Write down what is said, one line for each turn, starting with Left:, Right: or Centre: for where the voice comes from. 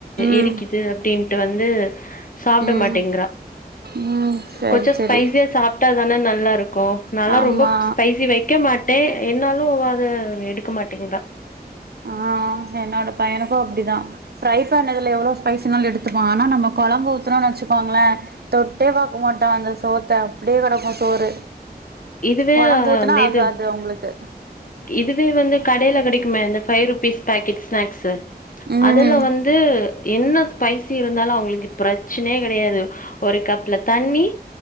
Right: ம்
Left: எரிக்குது அப்பிடின் ட்டு வந்து சாப்பிட
Right: ம்
Left: மாட்டேங்கிறா
Right: ம் சரி
Left: கொஞ்சோ
Right: சரி
Left: ஸ்பைசியா சாப்பிட்டாதானே நல்லா இருக்கு நல்லா
Right: ஆமா
Left: ரொம்ப ஸ்பைசி வைக்கமாட்டேன் என்னாலும் வா த்து எடுக்கமாட்டீங்கறா
Right: ஆ என்னோட பையனுக்கு அப்படிதா ஃப்ரைசாண்ணதுல எவ்வளோ ஸ்பைசினால எடுத்துப்பஆனா நம்ம குழம்பு ஊத்துணோம்னு வச்சுக்கோங்களே தொட்டே பாக்கேமாட்டா அந்த சோத்த அப்பிடியே கெடக்கு சோறு
Left: இதுவே
Right: கொழம்பூத்துனா
Left: அந்த
Right: ஆகாது
Left: இது
Right: உங்களுக்கு
Left: இதுவே வந்து கடையில கிடைக்குமே இந்த பஃபைவ் ருபீஸ் பாக்கெட் ஸ்நாக்ஸு
Right: ம்
Left: அதுல வந்து என்ன ஸ்பைசி இருந்தாலு அவங்களுக்கு பிரச்சனையே கெடையாது ஒரு கப்ல தண்ணி